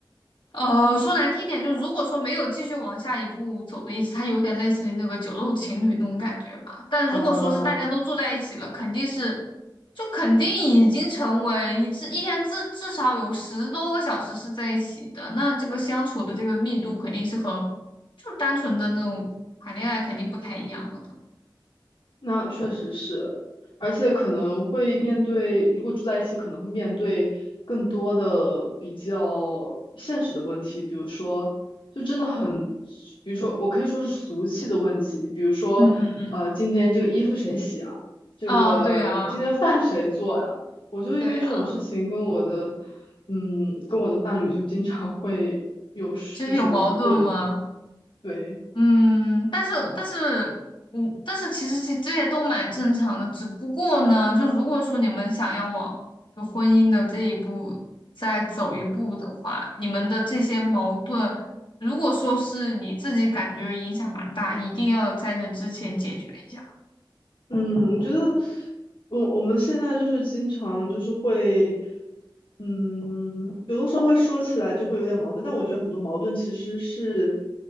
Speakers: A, on the left; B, on the left.
A: 呃，说难听一点，就是如果说没有继续往下一步走的意思，它有点类似于那个酒肉情侣那种感觉吧。但如果说是大家都住在一起了，
B: 啊。
A: 肯定是，就肯定已经成为一至一天至至少有十多个小时是在一起的，那这个相处的这个密度肯定是和就单纯的那种谈恋爱肯定不太一样了的。
B: 那确实是，而且可能会面对，如果住在一起，可能会面对更多的比较现实的问题，比如说，就真的很，比如说，我可以说是俗气的问题，比如说，
A: 嗯嗯，
B: 呃，今天这个衣服谁洗啊？这个今天饭谁做呀？
A: 啊，对啊，
B: 我就因为这种事情跟我的，
A: 对啊，
B: 嗯，跟我的伴侣就经常会有，
A: 就是有矛盾吗？
B: 就是矛盾，对。
A: 嗯，但是但是，我但是其实这这些都蛮正常的，只不过呢，就如果说你们想要往就婚姻的这一步再走一步的话，你们的这些矛盾，如果说是你自己感觉影响蛮大，一定要在那之前解决一下。
B: 嗯，我觉得我我们现在就是经常就是会，嗯，有的时候会说起来就会有点矛盾，但我觉得很多矛盾其实是